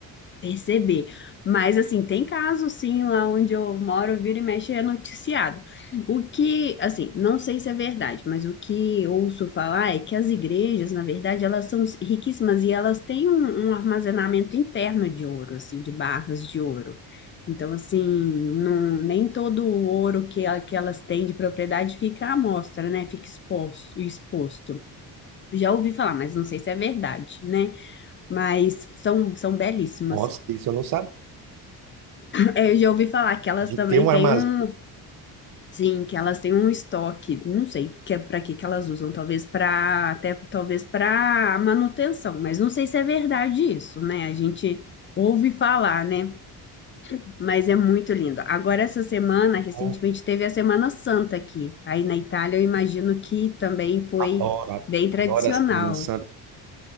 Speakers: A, on the left; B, on the right.
A: perceber. Mas, assim, tem casos, sim, lá onde eu moro, vira e mexe, é noticiado. O que, assim, não sei se é verdade, mas o que ouço falar é que as igrejas, na verdade, elas são riquíssimas e elas têm um, um armazenamento interno de ouro, assim, de barras de ouro. Então, assim, não, nem todo o ouro que, ela- que elas têm de propriedade fica à mostra, né? Fica exposto, exposto. Já ouvi falar, mas não sei se é verdade, né? Mas são, são belíssimas.
B: Nossa, isso eu não sabia.
A: É, eu já ouvi falar que elas
B: De
A: também
B: ter um
A: têm
B: armazém,
A: um, sim, que elas têm um estoque, não sei que é para que que elas usam, talvez para até talvez para manutenção, mas não sei se é verdade isso, né? A gente ouve falar, né? Mas é muito lindo. Agora essa semana, recentemente
B: eu
A: teve a Semana Santa aqui. Aí na Itália, eu imagino que também foi
B: adoro,
A: bem tradicional.
B: adoro a Semana Santa.